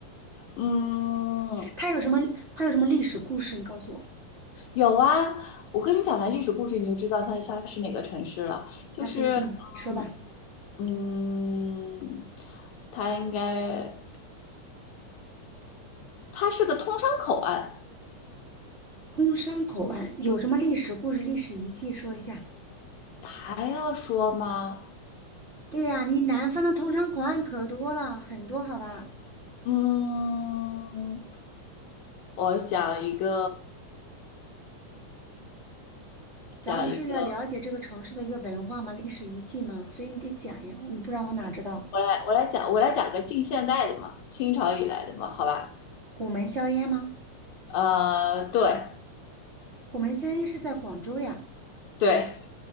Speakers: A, on the left; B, on the right.
A: 嗯，
B: 它有什么？它有什么历史故事？你告诉我。
A: 有啊，我跟你讲完历史故事，你就知道它它是哪个城市了，就是。
B: 那不一定，说吧。
A: 嗯嗯，它应该，它是个通商口岸，
B: 通商口岸有什么历史故事、历史遗迹？说一下。
A: 还要说吗？
B: 对呀，你南方的通商口岸可多了，很多，好吧？
A: 嗯，我讲一个，
B: 咱不是要了解这个城市的一个文化吗？
A: 讲一个，
B: 历史遗迹吗？所以你得讲呀，你不然我哪知道？
A: 我来，我来讲，我来讲个近现代的嘛，清朝以来的嘛，好吧？
B: 虎门销烟吗？
A: 呃，对，
B: 虎门销烟是在广州呀。
A: 对，